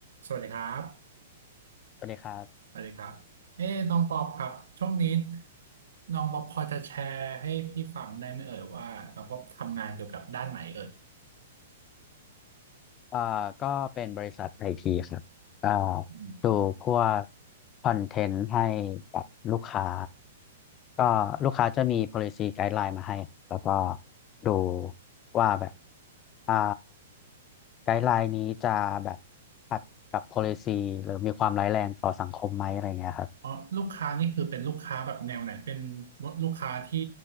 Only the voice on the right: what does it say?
สวัสดีครับ
สวัสดีครับเอ้น้องปอบครับช่วงนี้น้องปอบพอจะแชร์ให้พี่ฟังได้ไหมเอ่ยว่าน้องปอบทำงานเกี่ยวกับด้านไหนเอ่ย
อืม
อ๋อลูกค้านี่คือเป็นลูกค้าแบบแนวไหนเป็นลูกค้าที่